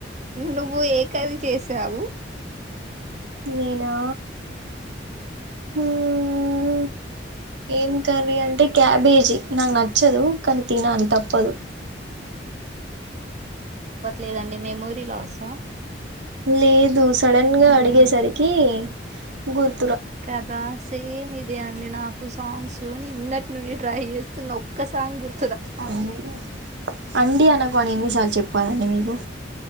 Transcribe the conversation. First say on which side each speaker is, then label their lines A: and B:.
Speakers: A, on the right (about 40°); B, on the right (about 75°).
A: నువ్వు ఏ కర్రీ చేసావు.
B: నేనా ఉమ్. ఏం కర్రీ అంటే క్యాబేజీ నాకు నచ్చదు కానీ తినాలి తప్పదు.
A: లేదండి మెమోరీ లాసా.
B: లేదు సడన్ గా అడిగేసరికి గుర్.
A: కదా సేమ్ ఇదే అండి నాకు. నాకు సాంగ్స్ నిన్నటి నుండి ట్రై చేస్తున్న ఒక్క సాంగ్ గుర్.
B: అండి అండి అనకుఅని ఎన్నిసార్లు చెప్పాలండి మీకు.